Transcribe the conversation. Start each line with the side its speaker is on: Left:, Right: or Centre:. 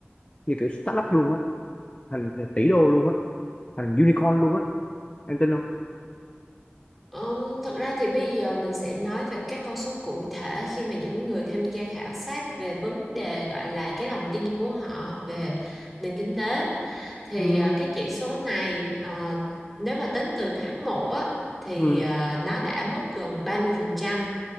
Left: như kiểu startup luôn á thành tỷ đô luôn á thành unicorn luôn á em tin không
Centre: Um, thật ra thì bây giờ mình sẽ nói về các con số cụ thể khi mà những người tham gia khảo sát về vấn đề gọi là cái lòng tin của họ về nền kinh tế thì
Left: Ừm,
Centre: ờ, cái chỉ số này ờ, nếu mà tính từ tháng một á thì
Left: ừm,
Centre: ờ, nó đã mất gần 30%